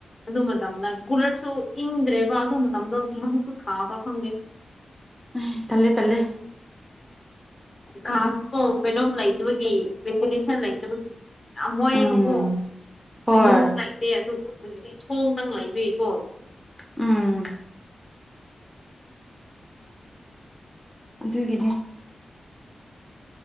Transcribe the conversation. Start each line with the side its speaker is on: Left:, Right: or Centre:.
Left: ꯑꯗꯨ ꯃꯇꯝꯗ ꯀꯨꯔꯁꯨ ꯏꯪꯗ꯭ꯔꯦꯕ ꯑꯗꯨ ꯃꯇꯝꯗꯣ ꯀꯌꯥꯃꯨꯁꯨ ꯁꯥꯕ ꯈꯪꯗꯦ
Centre: ꯎꯝ ꯇꯜꯂꯦ ꯇꯜꯂꯦ
Left: ꯀꯥꯁꯨ ꯀꯣ ꯀꯩꯅꯣꯝ ꯂꯩꯇꯕꯒꯤ ꯕꯦꯟꯇꯤꯂꯦꯁꯟ ꯂꯩꯇꯕꯒꯤ ꯌꯥꯝ ꯋꯥꯏꯑꯦꯕꯀꯣ
Centre: ꯎꯝ ꯍꯣꯏ
Left: ꯋꯤꯟꯗꯣꯁꯨ ꯂꯩꯇꯦ ꯑꯗꯨ ꯑꯣꯏꯕꯒꯤ ꯊꯣꯡꯗꯪ ꯂꯩꯕꯒꯤꯀꯣ
Centre: ꯎꯝ ꯑꯗꯨꯒꯤꯅꯦ